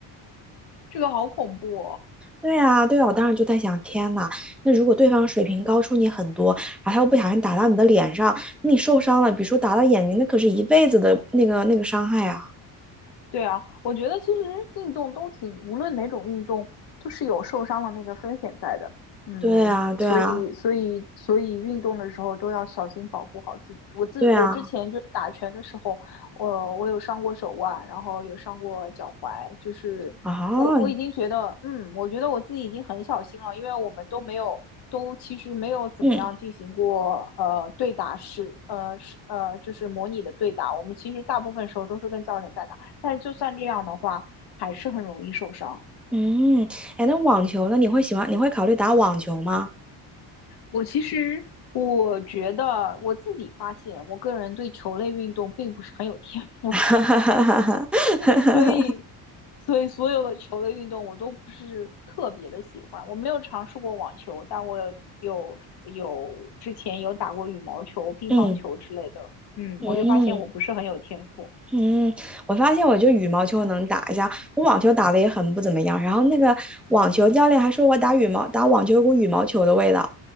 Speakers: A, on the left (about 60°); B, in the centre.
A: 这个好恐怖哦！
B: 对啊，对啊，我当时就在想，天呐，那如果对方水平高出你很多，然后他又不小心打到你的脸上，那你受伤了，比如说打到眼睛，那可是一辈子的那个那个伤害啊。
A: 对啊，我觉得其实运动都挺，无论哪种运动，都是有受伤的那个风险在的。嗯，
B: 对啊，对啊，
A: 所以所以所以运动的时候都要小心保护好自己。我自我之前就打拳的时候，
B: 对啊，
A: 我我有伤过手腕，然后有伤过脚踝，就是我我已经觉得，
B: 啊，
A: 嗯，我觉得我自己已经很小心了，因为我们都没有都其实没有怎么样进行过呃对打是呃是呃就是模拟的对打，
B: 嗯
A: 我们其实大部分时候都是跟教练在打。但是就算这样的话，还是很容易受伤。
B: 嗯，哎，那网球呢？你会喜欢？你会考虑打网球吗？
A: 我其实我觉得我自己发现，我个人对球类运动并不是很有天赋，
B: <laughs>
A: <laughs> 所以所以所有的球类运动我都不是特别的喜欢。我没有尝试过网球，但我有有有之前有打过羽毛球、乒乓球之类的。
B: 嗯
A: 嗯，
B: 嗯
A: 我就发现我不是很有天赋，
B: 嗯，我发现我就羽毛球能打一下，我网球打的也很不怎么样。然后那个网球教练还说我打羽毛打网球有股羽毛球的味道，